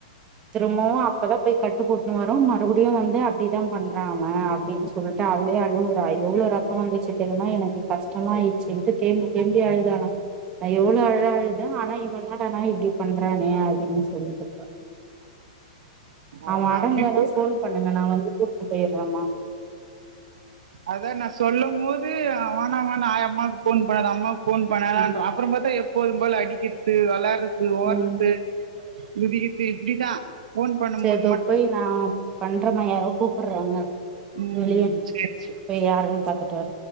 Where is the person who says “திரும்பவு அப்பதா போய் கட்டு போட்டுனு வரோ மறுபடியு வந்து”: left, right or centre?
Right